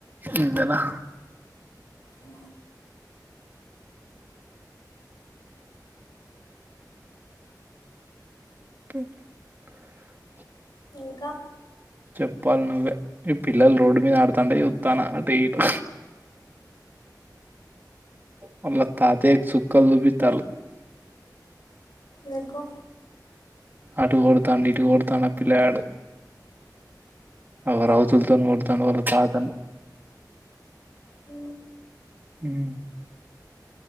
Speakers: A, on the right (about 25°); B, on the left (about 65°).
A: ఇంతనా
B: అ
A: ఆ
B: ఇంకా
A: చెప్పాల నువ్వే ఈ పిల్లలు రోడ్డు మీద ఆడుతాంట చుత్తాన అటు ఇటు వాళ్ల తాతయ్యకు చుక్కలు చూపితల్లు
B: నీకో
A: అటు కొడుతండు ఇటు కొడుతాండు ఆ పిలగాడు అగో రౌతుల తోటి కొడతండు వాళ్ల తాతను
B: అ
A: ఉమ్